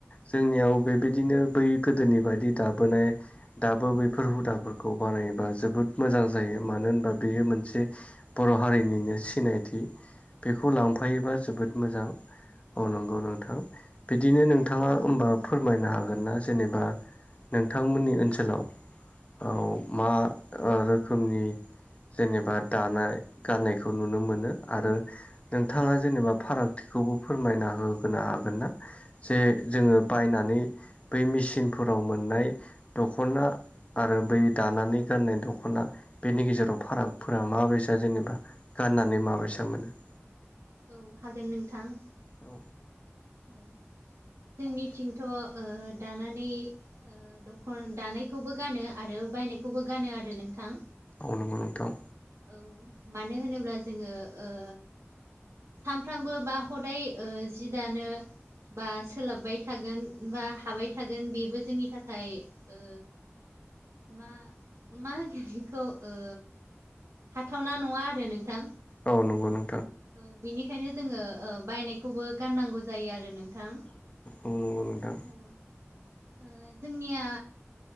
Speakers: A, on the left; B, on the right.
A: जोंनियाव
B: औ
A: बेबायदिनो बै गोदोनि बायदि दाबोनाय दाबो बैफोर हुदाफोरखौ बानायोबा जोबोद मोजां जायो मानो होनबा बेयो मोनसे बर' हारिनिनो सिनायथि बेखौ
B: औ
A: लांफायोबा जोबोद मोजां औ नं गौ नोंथां बिदिनो नोंथाङा होमबा फोरमायनो हागोन ना जेनेबा नोंथांमोननि ओनसोलाव औ मा रोखोमनि जेनेबा दानाय गाननायखौ नुनो मोनो आरो नोंथाङा जेनेबा फारागथिखौबो फोरमायना होगोनो हागोन ना? जे जोङो बायनानै बै मेसिनफोराव मोननाय दख'ना आरो बै दानानै गाननाय दख'ना बेनि गेजेराव फारागफोरा माबै जेनेबा गाननानै माबायसा मोनो?
B: औ हागोन नोंथां।
A: औ
B: औ जोंनिथिंथ' ओ दानानै ओ दखन दानायखौबो गानो आरो बायनायखौबो गानो आरो नोंथां।
A: औ नोंगौ नोंथां।
B: औ मानो होनोब्ला जोङो ओ सानफ्रामबो बा हदाय ओ जि दानो बा सोलाबबाय थागोन बा हाबाय थागोन बेबो जोंनि थाखाय ओ मा मा होनगोन बेखौ ओ हाथावना नङा आरो नोंथां।
A: आ नंगौ नों
B: औ बिनिखायनो जोङो बायनायखौबो गाननांगौ जायो आरो नों थां
A: औ नंगौ नोंथां
B: औ ओ जोंनिया